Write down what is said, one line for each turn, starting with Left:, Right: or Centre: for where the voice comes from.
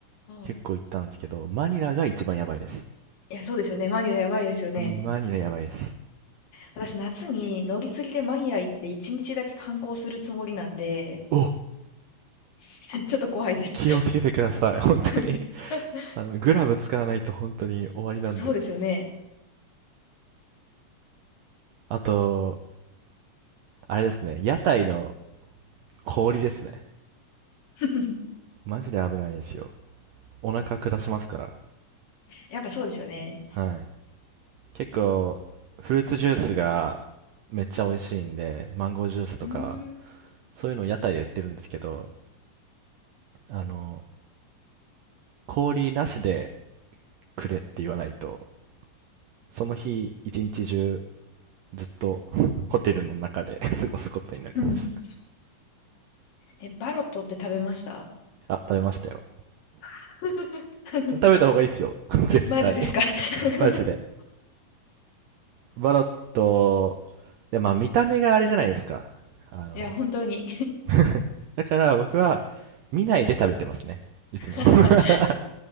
Right: 結構行ったんですけど、
Left: ー。
Right: マニラが一番やばいです。
Left: いや、そうですよね。マニラやばいですよね。
Right: マニラやばいです。
Left: 私、夏に乗り継ぎでマニラ行って一日だけ観光するつもりなんで、
Right: お
Left: <laughs> ちょっと怖いです。
Right: き気をつけてください、本当に。
Left: <laughs>
Right: あの、グラブ使わないと本当に終わりなんで。
Left: そうですよね。
Right: あと、あれですね、屋台の氷ですね。
Left: <laughs>
Right: マジで危ないですよ。お腹下しますから。
Left: やっぱそうですよね。
Right: はい。結構、フルーツジュースがめっちゃ美味しいんで、マンゴージュースとか、
Left: うーん。
Right: そういうのを屋台で売ってるんですけど、あの、氷なしでくれって言わないと、その日一日中ずっと <laughs> ホテルの中で <laughs> 過ごすことになります。
Left: <laughs> え、バロットって食べました
Right: あ、食べましたよ。
Left: <laughs>
Right: 食べた方がいいっすよ <laughs>。絶対
Left: マジですか <laughs>
Right: <laughs>。マジで。バロット、いやまあ見た目があれじゃないですか。あの
Left: いや、本当に
Right: <laughs>、だから僕は見ないで食べてますね。いつも。
Left: <laughs>
Right: <laughs>